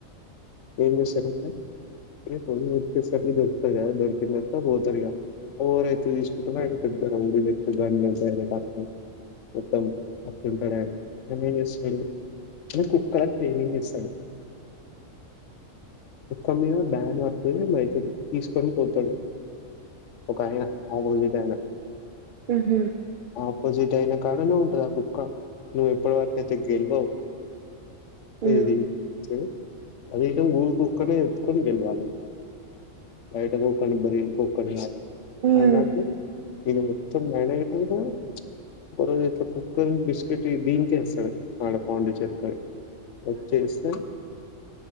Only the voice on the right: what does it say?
ఆ హ్
ఆహాహా
మ్మ్